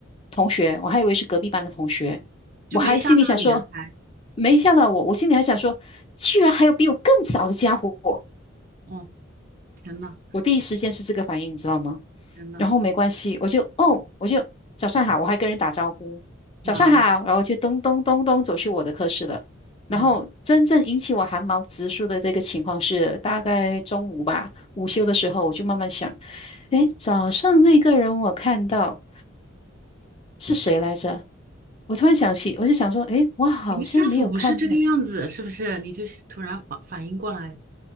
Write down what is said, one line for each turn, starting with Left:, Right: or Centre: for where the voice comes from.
Left: 同学，我还以为是隔壁班的同学，
Right: 就没吓到你啊，
Left: 我还心里想说，
Right: 还，
Left: 没吓到我，我心里还想说，居然还有比我更早的家伙，
Right: 哦天呐，
Left: 我第一时间是这个反应，你知道吗？
Right: 天呐，
Left: 然后没关系，我就哦，我就早上好，我还跟人打招呼，早上好，
Right: 啊
Left: 然后就咚咚咚咚走去我的课室了。然后真正引起我汗毛直竖的这个情况是，
Right: 啊！
Left: 大概中午吧，午休的时候，我就慢慢想，诶，早上那个人我看到。是谁来着？我突然想起，我就想说，诶，我好像没有看呢。
Right: 你们吓唬不是这个样子，是不是？你就是突然反反应过来，